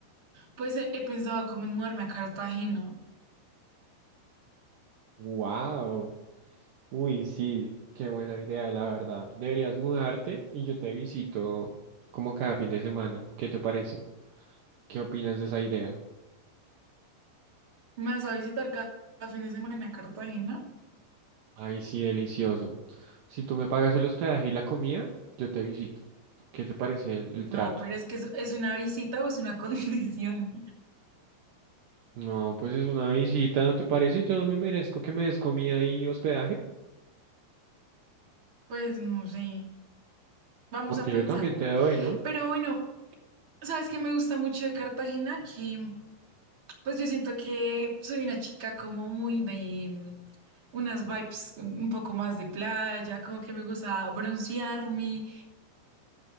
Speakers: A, on the right (about 30°); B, on the right (about 70°).
A: pues he, he pensado como en mudarme a Cartagena.
B: Wow. Uy, sí, qué buena idea, la verdad. Deberías mudarte y yo te visito como cada fin de semana. ¿Qué te parece? ¿Qué opinas de esa idea?
A: ¿Me vas a visitar cada fin de semana a Cartagena?
B: Ay, sí, delicioso. Si tú me pagas el hospedaje y la comida, yo te visito. ¿Qué te parece el, el
A: No,
B: trato?
A: pero es que es, es una visita o es una <laughs> condición.
B: No, pues es una visita, ¿no te parece? Yo no me merezco que me des comida y hospedaje,
A: Pues no sé, vamos
B: porque
A: a pensarlo.
B: yo también te doy, ¿no?
A: Pero bueno, sabes que me gusta mucho de Cartagena, que pues yo siento que soy una chica como muy de mm, unas vibes un poco más de playa, como que me gusta broncearme,